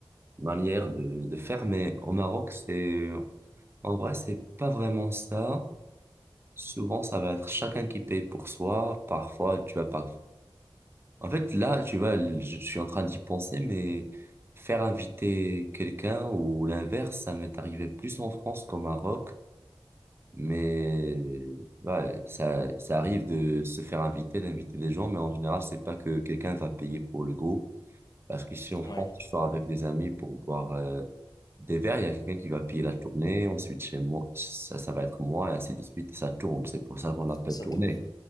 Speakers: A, on the right (about 25°); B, on the left (about 45°).
A: manière de, de faire, mais au Maroc, c'est, en vrai, c'est pas vraiment ça. Souvent, ça va être chacun qui paye pour soi. Parfois, tu vas pas. En fait, là, tu vois, je suis en train d'y penser, mais faire inviter quelqu'un ou l'inverse, ça m'est arrivé plus en France qu'au Maroc. Mais ouais, ça, ça arrive de se faire inviter, d'inviter des gens, mais en général, c'est pas que quelqu'un va payer pour le groupe. Parce qu'ici en France,
B: Ouais,
A: je sors avec des amis pour boire euh, des verres, il y a quelqu'un qui va payer la tournée, ensuite chez moi, ça, ça va être moi, et ainsi de suite, ça tourne. C'est pour ça qu'on l'appelle
B: ça
A: tournée,
B: tourne.